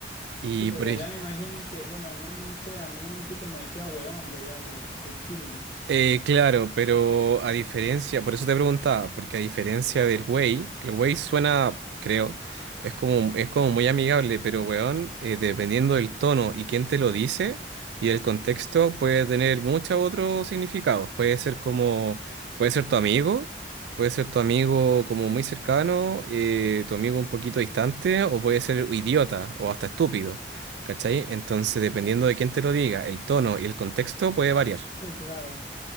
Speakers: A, on the right (about 75°); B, on the left (about 35°).
A: Y
B: Sí, porque
A: por, ej-
B: allá me imagino que, bueno, al menos no sé, a mí un tipo me decía weón de allá de, de Chile.
A: Eh, claro, pero a diferencia, por eso te preguntaba, porque a diferencia del Way, el Way suena, creo, es como, es como muy amigable, pero weón, eh, dependiendo del tono y quién te lo dice y el contexto, puede tener muchos otros significados. Puede ser como, puede ser tu amigo, puede ser tu amigo como muy cercano, eh, tu amigo un poquito distante, o puede ser idiota o hasta estúpido, ¿cachai? Entonces, dependiendo de quién te lo diga, el tono y el contexto puede variar.
B: Sí, claro.